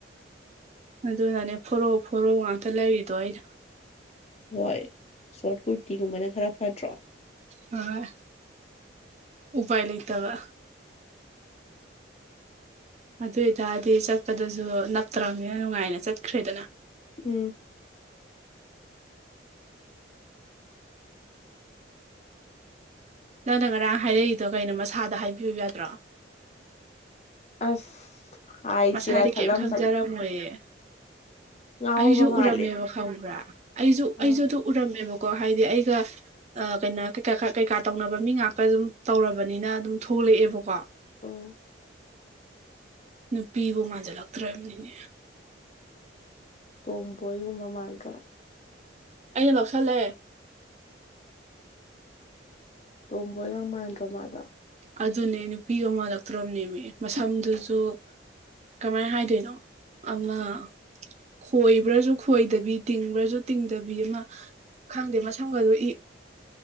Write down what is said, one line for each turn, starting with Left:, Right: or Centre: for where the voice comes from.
Right: ꯑꯗꯨꯅꯅꯦ ꯐꯣꯔꯣꯛ ꯐꯣꯔꯣꯛ ꯉꯥꯛꯇ ꯂꯩꯔꯤꯗꯣ ꯑꯩꯅ
Left: ꯍꯣꯏ ꯁꯣꯔꯠ ꯀꯨꯔꯇꯤꯒꯨꯝꯕꯅ ꯈꯔ ꯐꯠꯇ꯭ꯔꯣ
Right: ꯍꯣꯏ ꯎꯄꯥꯏ ꯂꯩꯇꯕ ꯑꯗꯨ ꯑꯣꯏꯇꯥꯔꯗꯤ ꯆꯠꯄꯗꯁꯨ ꯅꯞꯇ꯭ꯔꯕꯅꯤꯅ ꯅꯨꯡꯉꯥꯏꯅ ꯆꯠꯈ꯭ꯔꯦꯗꯅ
Left: ꯎꯝ
Right: ꯅꯪꯗ ꯉꯔꯥꯡ ꯍꯥꯏꯔꯛꯏꯗꯣ ꯀꯩꯅꯣ ꯃꯁꯥꯗ ꯍꯥꯏꯕꯤꯌꯨ ꯌꯥꯗ꯭ꯔꯣ
Left: ꯑꯁ ꯍꯥꯏꯁꯤꯔꯥ
Right: ꯃꯁꯥꯗꯤ
Left: ꯈꯜꯂꯝꯕꯅꯤ
Right: ꯀꯩꯝ ꯈꯪꯖꯔꯝꯃꯣꯏꯌꯦ
Left: ꯉꯥꯎꯔꯕ
Right: ꯑꯩꯁꯨ
Left: ꯃꯥꯜꯂꯦ
Right: ꯎꯔꯝꯃꯦꯕ ꯈꯪꯕ꯭ꯔꯥ ꯑꯩꯁꯨ
Left: ꯑꯥ
Right: ꯑꯩꯁꯨ ꯑꯗꯨ ꯎꯔꯝꯃꯦꯕꯀꯣ ꯍꯥꯏꯗꯤ ꯑꯩꯒ ꯑ ꯀꯩꯅꯣ ꯀꯩꯀꯥ ꯇꯧꯅꯕ ꯃꯤ ꯉꯥꯛꯀ ꯑꯗꯨꯝ ꯇꯧꯔꯕꯅꯤꯅ ꯑꯗꯨꯝ ꯊꯣꯛꯂꯛꯑꯦꯕꯀꯣ
Left: ꯎꯝ
Right: ꯅꯨꯄꯤꯕꯨ ꯃꯥꯟꯁꯤꯜꯂꯛꯇ꯭ꯔꯕꯅꯤꯅꯦ
Left: ꯇꯣꯝꯕꯣ ꯌꯨꯝꯕ ꯃꯥꯥꯟꯗ꯭ꯔꯣ
Right: ꯑꯩꯅ ꯂꯧꯁꯜꯂꯑꯦ
Left: ꯇꯣꯝꯕꯣꯏꯒꯪ ꯃꯥꯟꯗ꯭ꯔꯣ ꯃꯥꯗꯣ
Right: ꯑꯗꯨꯅꯦ ꯅꯨꯄꯤꯒ ꯃꯥꯜꯂꯛꯇ꯭ꯔꯕꯅꯦꯕ ꯃꯁꯝꯗꯨꯁꯨ ꯀꯃꯥꯏ ꯍꯥꯏ ꯀꯩꯅꯣ ꯑꯃ ꯈꯣꯏꯕ꯭ꯔꯥꯁꯨ ꯈꯣꯏꯗꯕꯤ ꯇꯤꯡꯕ꯭ꯔꯁꯨ ꯇꯤꯡꯗꯕꯤ ꯑꯃ ꯈꯪꯗꯦ ꯃꯁꯝꯒꯁꯨ ꯏ